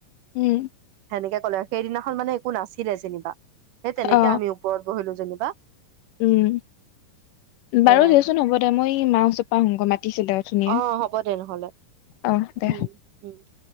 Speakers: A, on the left (about 75°); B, on the right (about 75°).
A: উম
B: সেনেকে কলে সেইদিনা মানে একো নাছিলে যেনিবা সেই তেনেকে
A: অ
B: আমি ওপৰত বহিলো যেন ক <unintelligible>
A: উম বাৰু
B: সেয়াই
A: দেচোন হ'ব দে মই এ মা ওচৰ পৰা আহোগে মাতিছিলে অথনিয়ে
B: অ হ'ব দে নহ'লে
A: অ দে
B: উম উ <inaudible>